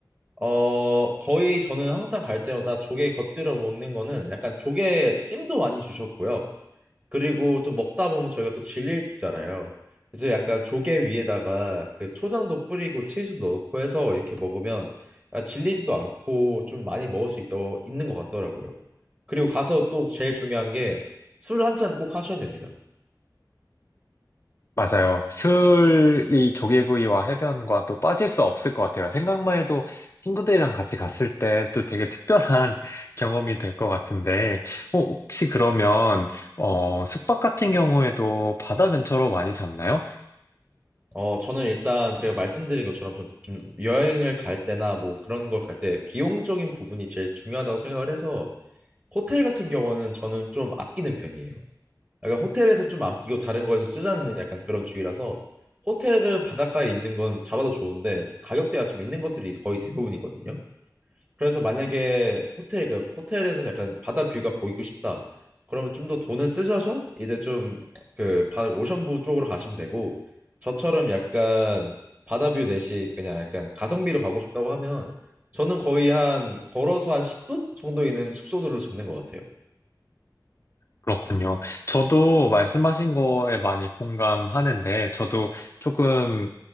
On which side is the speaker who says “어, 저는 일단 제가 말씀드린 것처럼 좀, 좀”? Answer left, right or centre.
Right